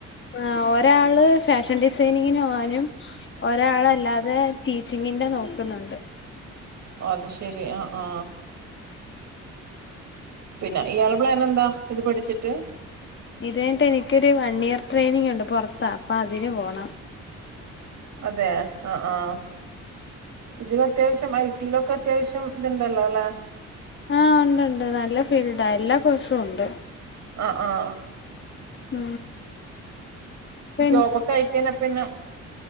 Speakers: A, on the left (about 40°); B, on the right (about 65°).
A: ആ ഒരാള് ഫാഷൻ ഡിസൈനിങ്ങിന് പോകാനും ഒരാളല്ലാതെ ടീച്ചിങ്ങിന്റെ നോക്കുന്നുണ്ട്
B: അത് ശരി ആ ആ പിന്നെ ഇയാള് പ്ലാനെന്താ ഇത് പഠിച്ചിട്ട്
A: ഇത് കഴിഞ്ഞിട്ട് എനിക്കൊരു വൺ ഇയർ ട്രെയിനിങ് ഉണ്ട് പൊറത്താ അപ്പൊ അതിന് പോണം
B: അതേ ആ ആഹ് ഇതിൽ അത്യാവശ്യം ഐടിയിലൊക്കെ അത്യാവശ്യം ഇത്ണ്ടല്ലോല്ലെ
A: ആഹ് ഉണ്ട്ണ്ട് നല്ല ഫീൽഡാ എല്ലാ കോഴ്സും ഉണ്ട്
B: ആ ആഹ്
A: ഉം ഇപ്പ
B: ജോബൊക്കെ ആയക്കാനോ പിന്നോ